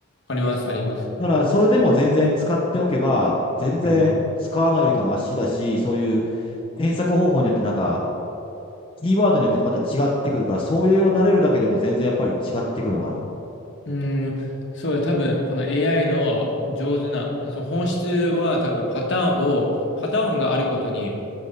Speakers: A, on the left; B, on the left.
A: あります、あります。
B: だから、それでも全然使っておけば、全然使わないよりかマシだし、
A: うん。
B: そういう検索方法によってなんか、キーワードによってまた違ってくるから、そういうよを慣れるだけでも全然やっぱり違ってくるのかな。
A: うーん、そう、多分この AI の上手な、その本質は多分パターンを、パターンがあることに